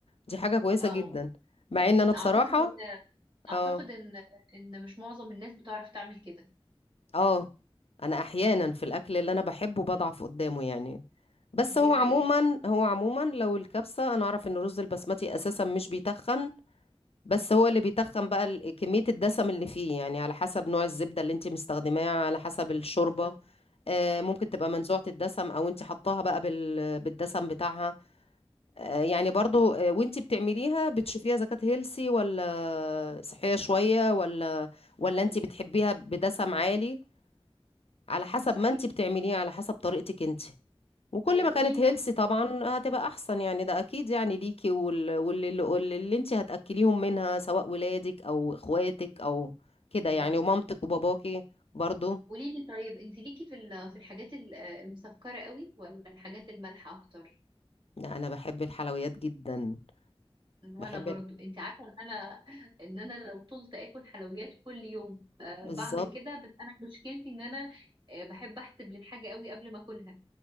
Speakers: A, on the left; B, on the right.
A: دي حاجة كويسة
B: اه
A: جدا مع ان
B: يعني
A: انا بصراحة
B: اعتقد ان اعتقد
A: اه
B: ان ان مش معظم الناس بتعرف تعمل كده
A: اه انا احيانا في الاكل اللي انا بحبه بضعف قدامه يعني بس
B: دي
A: هو عموما
B: حقيقه
A: هو عموما لو الكبسة انا اعرف ان الرز البسمتي اساسا مش بيتخن بس هو اللي بيتخن بقى ال- كمية الدسم اللي فيه يعني على حسب نوع الزبدة اللي انت مستخدماها على حسب الشوربة
B: ده
A: آه، ممكن تبقى منزوعة الدسم او انت حطاها بقى بال- بالدسم بتاعها آه، يعني برضو آه، وانت بتعمليها بتشوفيها اذا كانت هيلسي ولا صحية شوية ولا ولا انت
B: كتير.
A: بتحبيها بدسم عالي على
B: م-
A: حسب
B: صحيح
A: ما انت بتعمليها على حسب طريقتك انت وكل
B: طيب
A: ما كانت
B: قولي
A: هيلسي طبعا هتبقى احسن يعني ده اكيد يعني ليكي وال- واللي واللي انت هتاكليهم منها سواء ولادك او اخواتك او كده يعني
B: لي
A: ومامتك وباباكي برضو
B: قولي لي طيب انت ليكي في ال- في الحاجات ال- المسكره قوي ولا الحاجات المالحه اكتر
A: لا انا بحب الحلويات جدا
B: وانا
A: بحب
B: برضو انت عارفه ان انا ان انا لو طولت اكل حلويات كل يوم أه
A: بالظبط
B: بعمل كده بس انا مشكلتي ان انا أه بحب احسب للحاجه قوي قبل ما اكلها